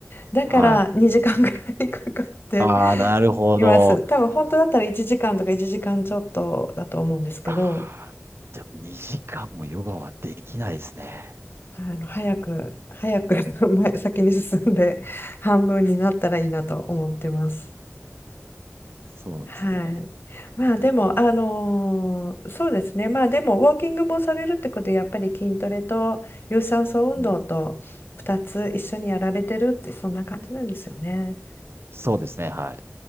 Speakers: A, on the left; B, on the right.
A: だから2時間ぐらいかかって
B: はい。ああ、なるほど。
A: います。多分本当だったら1時間とか1時間ちょっとだと思うんですけど、
B: あーでも2時間もヨガはできないですね。
A: あの早く早く <laughs> 前先に進んで半分になったらいいなと思ってます。
B: そうなんですね。
A: はい。まあでも、あのーそうですね。まあでも、ウォーキングもされるってことで、やっぱり筋トレと有酸素運動と2つ一緒にやられてるって、
B: うん。
A: そんな感じなんですよね。
B: そうですね。はい。